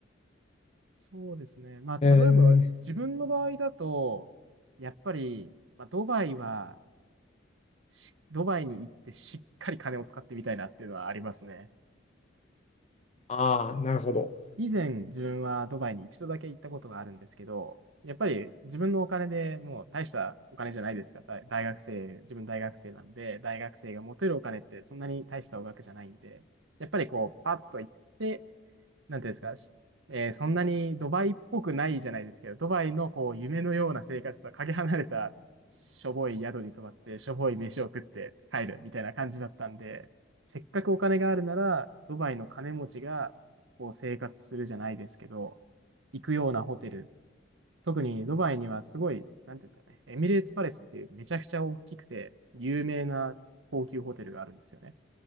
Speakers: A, on the right (about 80°); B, on the left (about 35°).
A: そうですね。まあ、
B: えー、
A: 例えば、自分の場合だと、やっぱり、まあ、ドバイは、しドバイに行ってしっかり金を使ってみたいなっていうのはありますね。
B: ああ、なるほど。
A: 以前自分はドバイに一度だけ行ったことがあるんですけど、やっぱり自分のお金でもう大したお金じゃないですか。大大学生、自分大学生なんで、大学生が持てるお金ってそんなに大したお額じゃないんで、やっぱりこう、パッと行って、なんていうんですか、しえーそんなにドバイっぽくないじゃないですけど、ドバイのこう夢のような生活とはかけ離れたしょぼい宿に泊まって、しょぼい飯を食って帰るみたいな感じだったんで、せっかくお金があるなら、ドバイの金持ちがこう生活するじゃないですけど、行くようなホテル、特にドバイにはすごい、なんていうんですかね、エミレーツパレスっていうめちゃくちゃ大きくて有名な高級ホテルがあるんですよね。